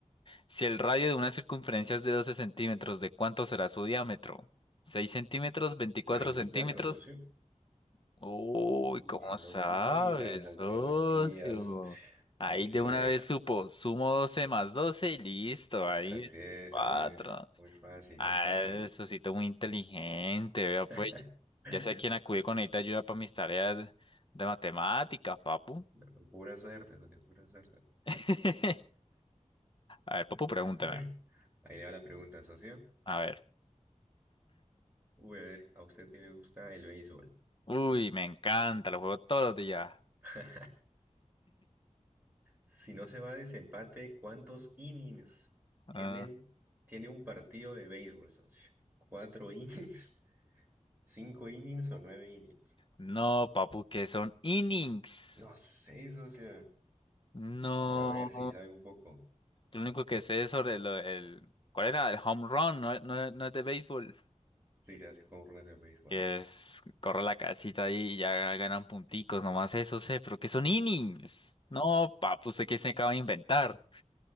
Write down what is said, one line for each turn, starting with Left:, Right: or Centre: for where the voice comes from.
Left: Si el radio de una circunferencia es de 12 centímetros, ¿de cuánto será su diámetro? ¿6 centímetros? ¿24
Right: De 24,
Left: centímetros?
Right: socio.
Left: Uy, ¿cómo
Right: Mire, no
Left: sabes,
Right: ocupo ni las alternativas,
Left: socio?
Right: socio. Para
Left: Ahí
Right: que
Left: de
Right: vea.
Left: una vez supo, sumo 12 más 12 y listo, ahí
Right: Así es,
Left: 4.
Right: así es. Muy fácil,
Left: Ah,
Right: muy fácil.
Left: eso sí, muy inteligente, vea pues.
Right: <laughs>
Left: Ya sé a quién acudir con esta ayuda para mis tareas de matemáticas, papu.
Right: No, pura suerte, socio, pura suerte.
Left: <laughs> A ver, papu, pregúntame.
Right: <laughs> Ahí le va la pregunta, socio.
Left: A ver.
Right: Uy, a ver, ¿a usted qué le gusta el béisbol?
Left: Uy, me encanta, lo juego todos los días.
Right: <laughs> Si no se va a desempate, ¿cuántos innings
Left: Ah.
Right: tienen, tiene un partido de béisbol, socio? ¿Cuatro innings? <laughs> ¿Cinco innings o nueve innings?
Left: No, papu, que son innings.
Right: No sé, socio.
Left: No.
Right: Pero a ver si sabe un poco.
Left: Lo único que sé es sobre lo- el... ¿Cuál era? El home run, no, no, no es de béisbol.
Right: Si se hace con runas de béisbol.
Left: Que es, corre la casita ahí y ya ganan punticos, nomás eso sé, pero que son innings. No, papu, ¿usted qué se acaba de inventar?